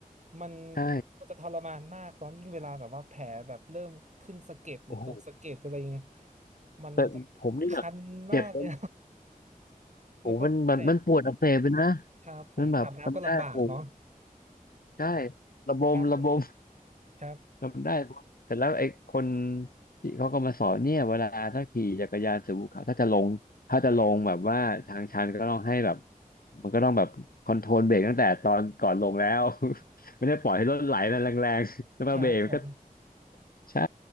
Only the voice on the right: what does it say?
มัน
มันจะทรมานมากตอนยิ่งเวลาแบบว่าแผลแบบเริ่มขึ้นสะเก็ดหรือตกสะเก็ดอะไรอย่างเงี้ย
มันจะ
คันมากเลย <laughs>
แล้วก็แผลครับผมอาบน้ำก็ลำบากเนาะ
<laughs> ครับผมครับ
ครับผม